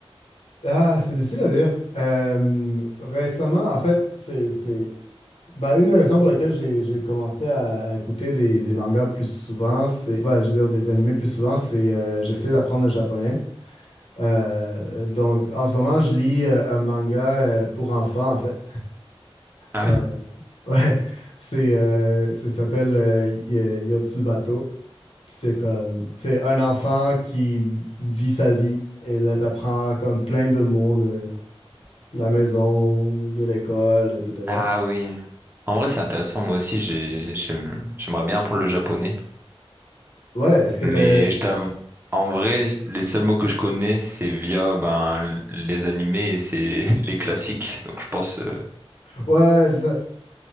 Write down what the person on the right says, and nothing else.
Ah,
Ah oui. En vrai, c'est intéressant. Moi aussi, j'ai- j'aime- j'aimerais bien apprendre le japonais.
Mais
je t'avoue, en vrai, les seuls mots que je connais, c'est via ben, les animés et c'est <laughs> les classiques. Donc, je pense. euh,